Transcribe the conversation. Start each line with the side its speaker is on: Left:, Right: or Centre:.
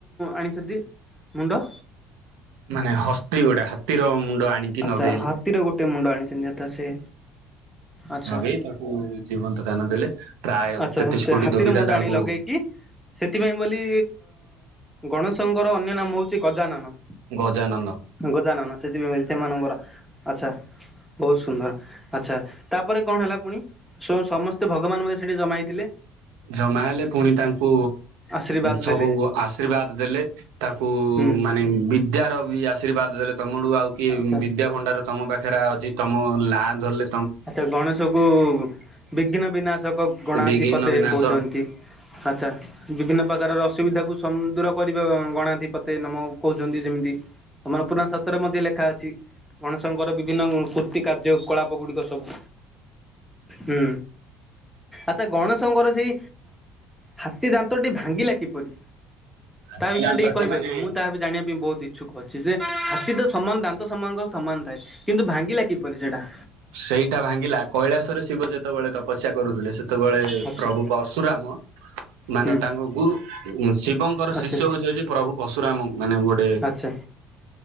Centre: ଆଣିଚନ୍ତି ମୁଣ୍ଡ?
Right: ମାନେ ହସ୍ତି ଗୋଟେ ହାତୀର ମୁଣ୍ଡ ଆଣିକି
Centre: ଆଛା
Right: ନଗେଇଲେ
Centre: ହାତୀର ଗୋଟଏ ମୁଣ୍ଡ ଆଣିଛନ୍ତି ଯଥା ସେ ଆଚ୍ଛା
Right: ନଗେଇ ତାକୁ ଜୀବନ୍ତ ଦାନ ଦେଲେ ପ୍ରାୟ
Centre: ଆଚ୍ଛା
Right: ତେତିଶ
Centre: ସେ
Right: କୋଟି
Centre: ହାତୀର
Right: ଦେବିଦା
Centre: ମୁଣ୍ଡ
Right: ତାଙ୍କୁ
Centre: ଆଣି ଲଗେଇକି ସେଥିପାଇଁ ବୋଲି ଗଣେଶଙ୍କର ଅନ୍ୟ ନାମ ହଉଛି ଗଜାନନ
Right: ଗଜାନନ।
Centre: ଗଜାନନ ସେଥିପାଇଁ ସେମାନଙ୍କର ଆଚ୍ଛା। ବହୁତ ସୁନ୍ଦର ଆଚ୍ଛା ତାପରେ କଣ ହେଲା ପୁଣି ସମସ୍ତ ସେ ଭଗବାନ ମତେ ସେଠି ଜମାଇ ଥିଲେ
Right: ଜମା ହେଲେ ପୁଣି ତାଙ୍କୁ
Centre: ଆଶୀର୍ବାଦ
Right: ସବୁ
Centre: ଦେଲେ
Right: ଆଶୀର୍ବାଦ ଦେଲେ। ତାକୁ
Centre: ହୁଁ
Right: ମାନେ ବିଦ୍ୟାର ବି ଆଶୀର୍ବାଦ ଦେଲେ ତମଡୁ ଆଉ କିଏ
Centre: ଆଚ୍ଛା
Right: ବିଦ୍ୟା ଭଣ୍ଡାର ତମ ପାଖରେ ଅଛି ତମ ନା ଧରଲେ
Centre: ଆଚ୍ଛା ଗଣେଶକୁ ବିଘ୍ନ ବିନାଶକ ଗଣାଧିପତେ
Right: ବିଘିନ୍ନ ବିନାଶ
Centre: କହୁଛନ୍ତି ଆଚ୍ଛା। ବିଭିନ୍ନ ପ୍ରକାରର ଅସୁବିଧାକୁ ଦୂର କରିବ ଗଣାଧି ପତେ ନାମ କହୁଛନ୍ତି ଯେମିତି ଆମର ପୁରୁଣା ଶାତ୍ରରେ ମଧ୍ୟ ଲେଖା ଅଛି ଗଣେଶଙ୍କର ବିଭିନ୍ନ କୃର୍ତି କାର୍ଯ୍ୟକଳାପ ଗୁଡିକ ସବୁ ହୁ। ଆଛା ଗଣେଶଙ୍କର ସେଇ ହାତୀ ଦାନ୍ତଟି ଭାଙ୍ଗିଲା କିପରି?
Right: ହାତୀଦାନ୍ତଟି
Centre: ତା ବିଷୟରେ ଟିକ କହିବେ
Right: ମାନେ
Centre: କି ମୁଁ ତାର ବିଷୟରେ ଜାଣିବା ପାଇଁ ବହୁତ ଇଛା ଛୁକ ଅଛି ଯେ ହାତୀ ତ ସମାନ ଦାନ୍ତ ସମାନଙ୍କର ସମାନ ଥାଏ କିନ୍ତୁ ଭାଙ୍ଗିଲା କିପରି ସେଇଟା
Right: ସେଇଟା ଭାଙ୍ଗିଲା କୈଳାସରେ ଶିବ ଯେତେବେଳେ ତପସଯ୍ୟା କରୁଥିଲେ ସେ ଯେତେବେଳେ
Centre: ଆଚ୍ଛା
Right: ପ୍ରଭୁ ପଶୁରାମ ମାନେ
Centre: ହୁଁ
Right: ତାଙ୍କ ଗୁରୁ ଶିବଙ୍କର
Centre: ଆଚ୍ଛା
Right: ଶିଷ୍ୟ ହଉଚି ପ୍ରଭୁ ପଶୁରାମ ମାନେ ଗୋଟେ
Centre: ଆଚ୍ଛା।